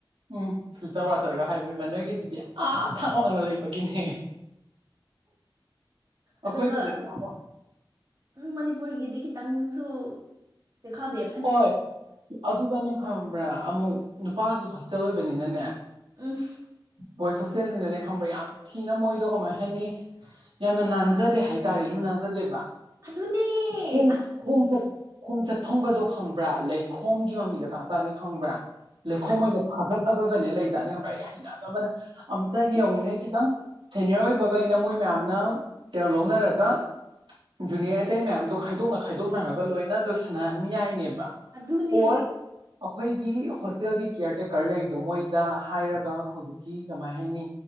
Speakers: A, on the right; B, on the right.
A: ꯎꯝ ꯐꯤꯜꯇꯔ ꯋꯥꯇꯔꯒ ꯍꯥꯏꯕ ꯏꯃ ꯅꯣꯏꯒꯤꯗꯨꯗꯤ ꯑꯥ ꯊꯥꯡ ꯋꯥꯡꯅ ꯂꯩꯕꯒꯤꯅꯦ ꯑꯈꯣꯏꯒꯤꯗꯗꯤ
B: ꯑꯗꯨꯒ
A: ꯌꯥꯝ
B: ꯎꯝ ꯃꯅꯤꯄꯨꯔꯒꯤꯗꯤ ꯈꯤꯇꯪꯁꯨ ꯄꯈꯥꯗꯦꯕ
A: ꯍꯣꯏ ꯑꯗꯨꯒꯅꯦ ꯈꯪꯕ꯭ꯔꯥ ꯑꯃꯨꯛ ꯅꯨꯄꯥꯒꯤ ꯍꯛꯆꯦꯜ ꯑꯣꯏꯕꯅꯤꯅꯅꯦ
B: ꯎꯐ
A: ꯚꯣꯏꯁ ꯑꯁꯇꯦꯟꯁꯤꯅꯅꯦ ꯈꯪꯕ꯭ꯔꯥ ꯌꯥꯝ ꯊꯤꯅ ꯃꯣꯏꯗꯣ ꯀꯃꯥꯏꯅ ꯍꯥꯏꯅꯤ ꯌꯥꯝꯅ ꯅꯥꯟꯖꯗꯦ ꯍꯥꯏꯇꯥꯔꯦ ꯂꯨ ꯅꯥꯟꯖꯗꯦꯕ
B: ꯑꯗꯨꯅꯦ
A: ꯈ
B: ꯑꯁ
A: ꯈꯣꯡ ꯆ ꯈꯣꯡ ꯆꯠꯐꯝꯒꯗꯣ ꯈꯪꯕ꯭ꯔꯥ ꯂꯩꯈꯣꯝꯒꯤ ꯃꯃꯤꯒ ꯇꯥꯡꯇꯥꯛꯅꯤ ꯈꯪꯕ꯭ꯔꯥ ꯂꯩꯈꯣꯝ
B: ꯑꯁ
A: ꯑꯣꯏꯅ ꯊꯥꯒꯠꯂꯒ ꯀꯩꯅ ꯂꯩꯖꯥꯠꯅꯤ ꯈꯪꯕ꯭ꯔꯥ ꯍꯩꯅꯗꯣ ꯑꯃꯅ ꯑꯝꯇ ꯌꯦꯡꯉꯨꯅꯦ
B: ꯎꯁ
A: ꯈꯤꯇꯪ ꯁꯦꯅꯤꯌꯔ ꯑꯣꯏꯕꯈꯩꯅ ꯃꯣꯏ ꯃꯌꯥꯝꯅ ꯇꯣ ꯂꯧꯅꯔꯒ ꯖꯨꯅꯤꯌꯔ ꯑꯇꯩ ꯃꯌꯥꯝꯗꯣ ꯈꯥꯏꯗꯣꯛꯅ ꯈꯥꯏꯗꯣꯛꯅꯔꯒ ꯂꯣꯏꯅ ꯂꯣꯏꯁꯤꯟꯅꯅꯍꯟ ꯌꯥꯏꯅꯦ
B: ꯑꯗꯨꯅꯦ
A: ꯑꯣ ꯑꯩꯈꯣꯏꯒꯤ ꯍꯣꯁꯇꯦꯜꯒꯤ ꯀꯤꯌꯔ ꯇꯦꯛꯀꯔ ꯂꯩꯗꯣ ꯃꯣꯏꯗ ꯍꯥꯏꯔꯒ ꯍꯧꯖꯤꯛꯀꯤ ꯀꯃꯥꯏ ꯍꯥꯏꯅꯤ